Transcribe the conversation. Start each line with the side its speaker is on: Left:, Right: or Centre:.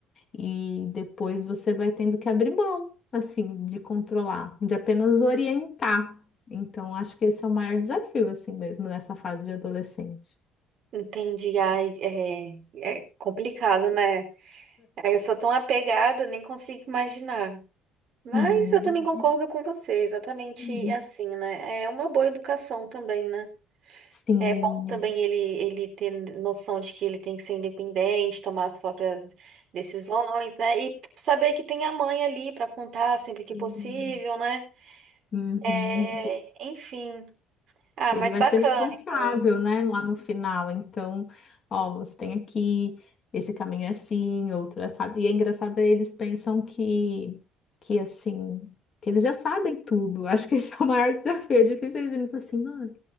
Left: e depois você vai tendo que abrir mão, assim, de controlar, de apenas orientar. Então, acho que esse é o maior desafio, assim mesmo, nessa fase de adolescente.
Right: Entendi, ai, é, é complicado, né? Ai, Eu sou tão apegada, nem consigo imaginar. Mas
Left: É,
Right: eu também concordo com você, exatamente
Left: uhum.
Right: assim, né? É uma boa educação também, né?
Left: sim.
Right: É bom também
Left: é.
Right: ele, ele ter noção de que ele tem que ser independente, tomar as próprias decisões, né? E saber que tem a mãe ali para contar sempre que
Left: Uhum.
Right: possível, né?
Left: Uhum.
Right: É, enfim. Ah,
Left: Ele
Right: mas
Left: vai
Right: bacana,
Left: ser responsável,
Right: então.
Left: né, lá no final. Então, ó, você tem aqui, esse caminho é assim, outro é assado. E é engraçado, eles pensam que, que assim, que eles já sabem tudo. <laughs> Acho que esse é o maior <laughs> desafio. É difícil eles irem e falarem assim, mãe,